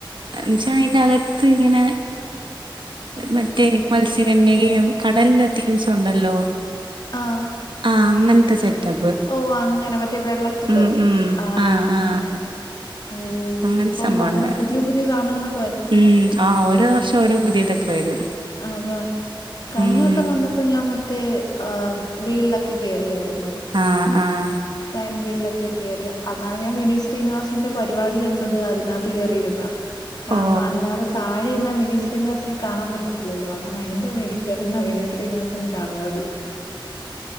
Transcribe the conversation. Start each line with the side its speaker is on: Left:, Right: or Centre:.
Right: എന്നച്ചാ അയിനകത്ത് ഇങ്ങനെ മറ്റേ മത്സ്യകന്യകേം കടലിലെ തീംസ് ഉണ്ടല്ലോ
Left: ആഹ്
Right: ആ അങ്ങനത്തെ സെറ്റപ്പ്
Left: ഓ അങ്ങനെ മറ്റേ വെള്ളത്തില്
Right: ഉം ഉം
Left: ആഹ്
Right: ആ
Left: അങ്ങനെ
Right: ആ
Left: ഓ
Right: അങ്ങനത്തെ
Left: ഇപ്പം
Right: സംഭവം
Left: അങ്ങനെ
Right: ഉണ്ടായിരുന്നു
Left: പുതിയ പുതിയ സാധനങ്ങളൊ
Right: ഉം ആഹ് ഓരോ വർഷം ഓരോ പുതിയതൊക്കെ വരും
Left: അതാ കഴിഞ്ഞോട്ടം
Right: ഉം
Left: വന്ന പ്പൊ ഞാൻ മറ്റേ ആഹ് വീലൊക്കെ കേയറിയാരുന്നു
Right: ആഹ് ആഹ്
Left: ചൈൻ വീളിലൊക്കെ കയറിയ അതാണ് ഞാൻ വിനീ ശ്രീനിവാസന്റെ പരിപാടി കണ്ടത് അതിനാത്ത് കേറിയിര്ന്നാ കാരണം
Right: ഓ
Left: അല്ലാതെ താഴെന്നാ വിനീത് ശ്രീനിവാസനെ കാണാൻ പറ്റി പത്തില്ലല്ലോ അങ്ങനെ അയിന്റെ മേളില് കേറിയിരുന്ന വിനീത് ശ്രീനിവാസനെ കാണുന്നത്.